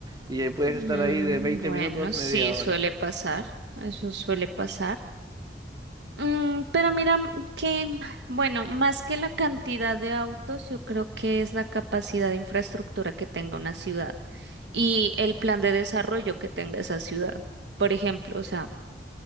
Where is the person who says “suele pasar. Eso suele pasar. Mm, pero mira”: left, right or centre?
Right